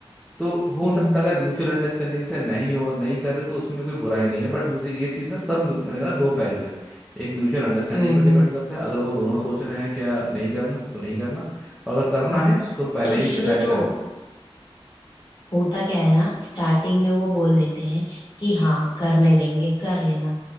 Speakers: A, in the centre; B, on the left.
A: तो हो
B: हम्म
A: सकता है अगर म्यूचुअल अंडरस्टैंडिंग से नहीं हो नहीं कर रहे तो उसमें कोई बुराई नहीं है बट मुझे ये चीज़ ना सब मैंने कहा ना, दो पहलू हैं एक म्यूचुअल अंडरस्टैंडिंग
B: हम्म
A: पे डिपेंड
B: हम्म,
A: करता है अगर वो दोनों सोच रहे हैं क्या नहीं करना तो नहीं करना और अगर करना
B: हाँ
A: है तो पहले
B: तो
A: ही
B: सुनो
A: डिसाइड
B: तो
A: कर लो
B: होता क्या है ना स्टार्टिंग में वो बोल देते हैं कि हाँ करने देंगे कर लेना